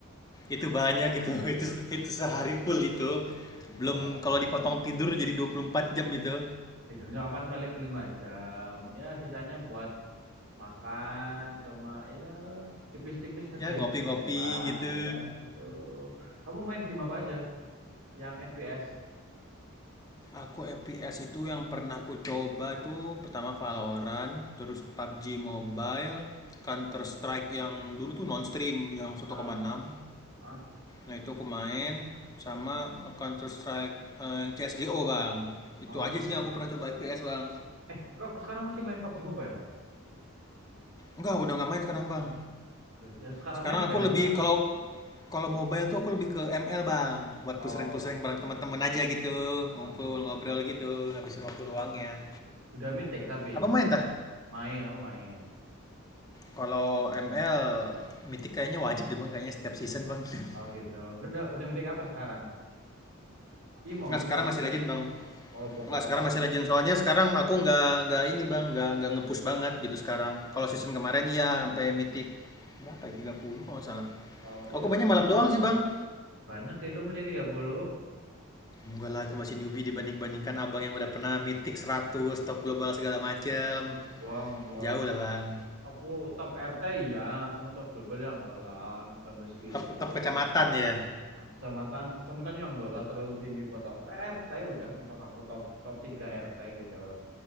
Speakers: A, on the left; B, on the right.
A: Itu banyak itu. <laughs> Itu itu sehari full itu.
B: Enggak
A: Belum
B: lah.
A: kalau dipotong tidur jadi 24 jam itu.
B: Tidurnya kapan paling lima jam. Ya sisanya buat makan sama ya tipis-tipis ngerjain
A: Ya ngopi-ngopi
B: proyek lah.
A: gitu.
B: Iya gitu. Kamu main game apa aja? Yang F P S?
A: Aku FPS itu yang pernah aku coba itu pertama Valorant, terus PUBG Mobile, Counter Strike yang dulu tuh non stream yang satu
B: Ah,
A: koma enam
B: ah.
A: Nah, itu aku main sama Counter Strike eh, yang CS:GO, Bang. Itu
B: Oh,
A: aja sih
B: CS.
A: yang aku pernah coba FPS, Bang.
B: Eh, kok sekarang masih main PUBG Mobile?
A: Enggak, udah nggak main sekarang, Bang.
B: Oh. Loh, yang sekarang
A: Sekarang
B: main apa
A: aku
B: yang
A: lebih
B: sekarang?
A: kalau kalau mobile tuh aku lebih ke ML Bang, buat
B: Oh,
A: pusreng-pusreng bareng teman-teman aja gitu,
B: em,
A: ngumpul ngobrol gitu, habisin waktu luangnya.
B: udah mythic tapi
A: apa main
B: udah mythic.
A: tah?
B: Main, aku main.
A: Kalau ML Mythic kayaknya wajib deh Bang, kayaknya setiap season Bang. <laughs>
B: Oh gitu. Udah udah mythic apa sekarang? Imo,
A: nggak
B: Imo,
A: sekarang
B: Imo.
A: masih Legend Bang.
B: Oh bohong.
A: nggak sekarang masih Legend soalnya sekarang aku nggak nggak ini Bang, nggak nggak ngepush banget gitu sekarang. Kalau season kemarin iya sampai Mythic berapa ya 30 kalau nggak salah.
B: Oh iya,
A: Aku mainnya
B: udah
A: malam doang
B: banyak.
A: sih Bang.
B: Banyak itu meeting 30.
A: Enggak lah, itu masih newbie dibanding-bandingkan abang yang udah pernah mitik 100 top global segala macem.
B: Gong, gong,
A: Jauh
B: gong.
A: lah bang.
B: Aku top RT ya, cuma top global ya enggak lah, enggak sampai segitu.
A: Top,
B: Aku
A: top kecamatan
B: juga
A: ya.
B: ah, kecamatan, kecamatan yang enggak lah terlalu tinggi buat aku. Eh, RT udah mentok aku top top 3 RT gitu.